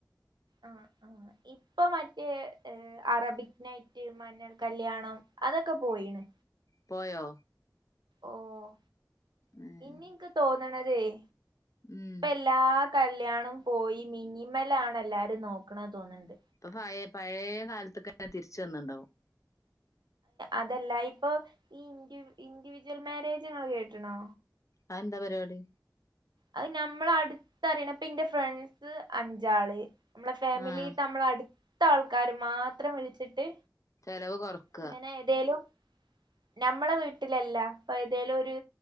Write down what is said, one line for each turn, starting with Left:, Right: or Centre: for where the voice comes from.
Right: ആഹ് ആഹ് ഇപ്പൊ മറ്റേ അറബിക് നൈറ്റ് മഞ്ഞൽ കല്യാണം. അതൊക്കെ പോയിണ്.
Left: പോയോ?
Right: ഓഹ്,
Left: ഉം
Right: ഇനി ഇൻക്ക് തോന്നണതേയ്.
Left: ഉം
Right: എല്ലാ കല്യാണോം പോയി മിനിമല ആണ് എല്ലാരും നോക്കണ തോന്ണ്ട്.
Left: ഇപ്പൊ പയേ പയേ കാലത്ക്ക് തിരിച്ച് വന്നിണ്ടാവും.
Right: അതല്ല ഇപ്പൊ ഈ ഇ ഇ ഇൻഡിവിജ്വൽ മാരേജ്ങ്ങൾ കേട്ടണോ
Left: അത് എന്താ പരിപാടി
Right: അത് ഞമ്മൾ അടുത്ത അറിയണ ഇപ്പ എന്റെ ഫ്രണ്ട്സ് അഞ്ചാള് നമ്മളെ ഫാമിലി
Left: ആഹ്
Right: നമ്മളെ അടുത്ത ആൾക്കാര് മാത്രം വിളിച്ച് ന്നിട്ട്
Left: ചെലവ് കൊറക്ക
Right: അങ്ങനെ എന്തേലും നമ്മളെ വീട്ടിലല്ല ഇപ്പൊ ഏതേലും ഒരു